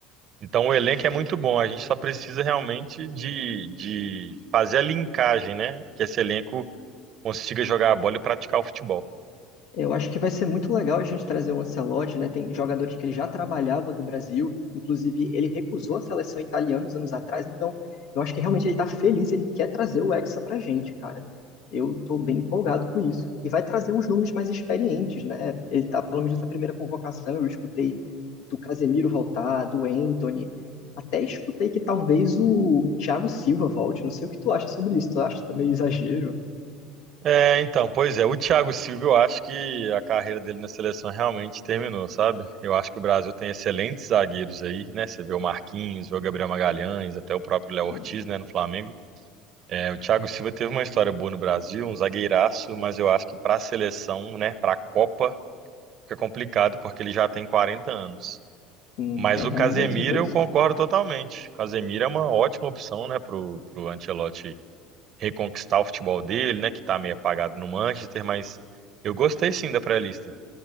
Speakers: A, on the right; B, on the left.
A: Então o elenco é muito bom, a gente só precisa realmente de, de fazer a linkagem, né? Que esse elenco consiga jogar a bola e praticar o futebol.
B: Eu acho que vai ser muito legal a gente trazer o Ancelotti, né? Tem jogadores que ele já trabalhava do Brasil, inclusive ele recusou a seleção italiana uns anos atrás, então eu acho que realmente ele tá feliz, ele quer trazer o Hexa pra gente, cara. Eu tô bem empolgado com isso. E vai trazer uns nomes mais experientes, né? Ele tá, pelo menos nessa primeira convocação, eu escutei do Casemiro voltar, do Anthony, até escutei que talvez o Thiago Silva volte, não sei o que tu acha sobre isso, tu acha também exagero?
A: É, então, pois é, o Thiago Silva, eu acho que a carreira dele na seleção realmente terminou, sabe? Eu acho que o Brasil tem excelentes zagueiros aí, né? Você vê o Marquinhos, vê o Gabriel Magalhães, até o próprio Léo Ortiz,
B: Hum,
A: né, no Flamengo. É, o Thiago Silva teve uma história boa no Brasil, um zagueiraço, mas eu acho que para a seleção, né, para a Copa, fica complicado porque ele já tem 40 anos.
B: hum,
A: Mas
B: É realmente
A: o Casemiro
B: um peso.
A: eu concordo totalmente. O Casemiro é uma ótima opção, né, pro, pro Ancelotti reconquistar o futebol dele, né, que tá meio apagado no Manchester, mas eu gostei sim da pré-lista.